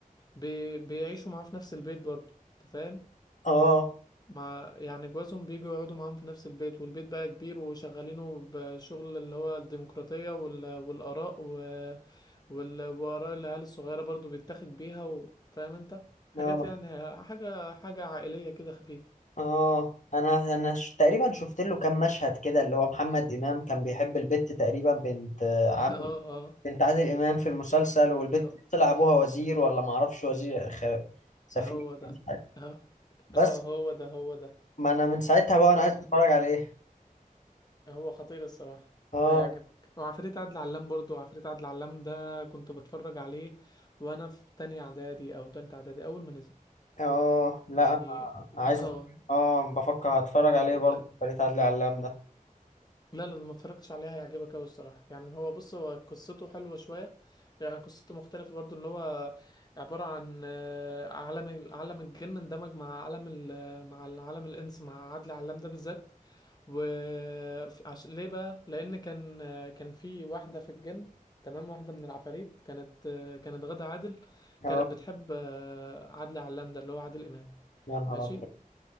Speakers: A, on the left; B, on the left.
A: بي... بيعيشوا معاه في نفس البيت برضه انت فاهم
B: اه
A: مع يعني جوازهم بيجوا يقعدوا معاهم في نفس البيت والبيت بقى كبير وشغالينه بشغل اللي هو الديمقراطية وال... والآراء و... وال... وآراء العيال الصغيرة برضه بيتاخد بيها و... فاهم انت حاجات
B: اه
A: يعني حاجة حاجة عائلية كده خفيفة
B: آه. انا انا ش- تقريبا شفت له كام مشهد كده اللي هو محمد امام كان بيحب البت تقريبا بنت آه، عامل
A: <laughs> اه
B: بنت عادل امام في المسلسل والبت
A: اه هو
B: طلع ابوها وزير ولا ما اعرفش وزير خ... سفير
A: هو ده
B: مش عارف.
A: اه
B: بس
A: اه هو ده هو ده
B: ما انا من ساعتها بقى
A: هو
B: انا عايز اتفرج عليه
A: هو خطير الصراحة
B: اه
A: هيعجبك وعفاريت عدل علام برضو عفاريت عدل علام ده كنت بتفرج عليه وانا في تانية اعدادي او تالتة اعدادي اول ما نزل
B: اه لا
A: يعني
B: انا عايز
A: <laughs> اه
B: أت- اه بفكر هتفرج عليه
A: لا
B: برضه فريق عدلي علام ده
A: لا لا ما اتفرجتش عليها هيعجبك قوي الصراحه يعني هو بص هو قصته حلوه شويه يعني قصته مختلفه برضو ان هو عباره عن آه، عالم ال- عالم الجن اندمج مع عالم ال- مع العالم الانس مع عادل علام ده بالذات و ف- عش... ليه بقى لان كان آه، كان في واحده في الجن تمام واحده من العفاريت كانت آه، كانت غادة عادل
B: اه
A: كانت بتحب آه، عادل علام ده اللي هو عادل امام
B: يا نهار
A: ماشي
B: ابيض